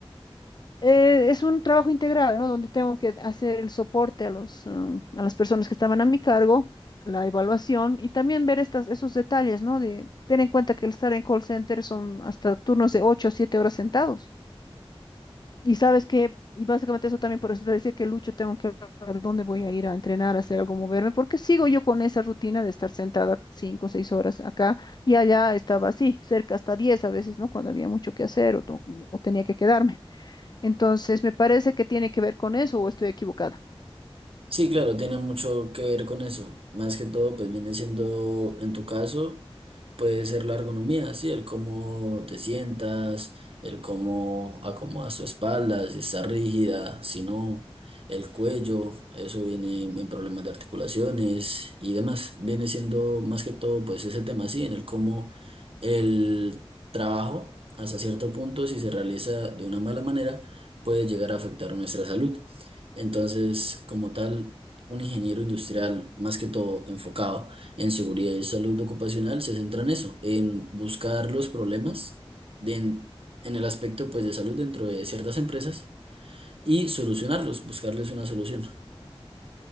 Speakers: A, on the left; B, on the right.
A: eh, es un trabajo integral, ¿no? Donde tengo que hacer el soporte a los, um, a las personas que estaban a mi cargo, la evaluación y también ver estas, esos detalles, ¿no? De tener en cuenta que el estar en call center son hasta turnos de 8 o 7 horas sentados. Y sabes que, y básicamente eso también por eso te decía que Lucho tengo que ver dónde voy a ir a entrenar, a hacer algo, moverme, porque sigo yo con esa rutina de estar sentada 5 o 6 horas acá y allá estaba así, cerca hasta 10 a veces, ¿no? Cuando había mucho que hacer o, to- o tenía que quedarme. Entonces, me parece que tiene que ver con eso o estoy equivocada.
B: Sí, claro, tiene mucho que ver con eso. Más que todo, pues viene siendo, en tu caso, puede ser la ergonomía, sí, el cómo te sientas, el cómo acomodas tu espalda, si está rígida, si no, el cuello, eso viene en problemas de articulaciones y demás. Viene siendo más que todo, pues ese tema, sí, en el cómo el trabajo, hasta cierto punto, si se realiza de una mala manera, puede llegar a afectar nuestra salud. Entonces, como tal, un ingeniero industrial, más que todo enfocado en seguridad y salud ocupacional, se centra en eso, en buscar los problemas de- en, en el aspecto pues, de salud dentro de ciertas empresas y solucionarlos, buscarles una solución.